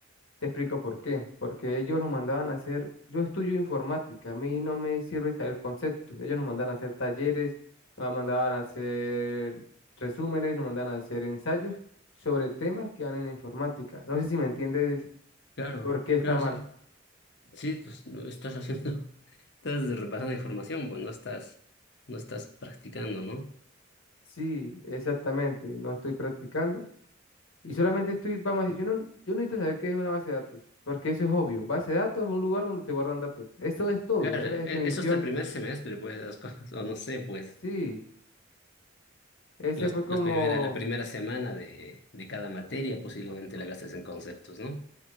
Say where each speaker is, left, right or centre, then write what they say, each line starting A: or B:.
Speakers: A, on the left; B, on the left.
A: Te explico por qué. Porque ellos nos mandaban a hacer, yo estudio informática, a mí no me sirve saber conceptos, ellos nos mandaban a hacer talleres, nos mandaban a hacer resúmenes, nos mandaban a hacer ensayos sobre temas que van en informática. No sé si me entiendes
B: Claro,
A: por qué está
B: claro,
A: mal.
B: sí. Sí, pues no estás haciendo, <laughs> estás repasando información, pues no estás, no estás practicando, ¿no?
A: Sí, exactamente, no estoy practicando Y solamente estoy, vamos a decir, yo no, yo no necesito saber qué es una base de datos, porque eso es obvio. Base de datos es un lugar donde se guardan datos. Eso es todo,
B: Claro,
A: esa
B: e-
A: es la definición.
B: eso hasta el primer semestre, pues, las cosas, o no sé, pues,
A: Sí, ese
B: las,
A: fue como
B: las primera, la primera semana de, de cada materia posiblemente la gastes en conceptos, ¿no?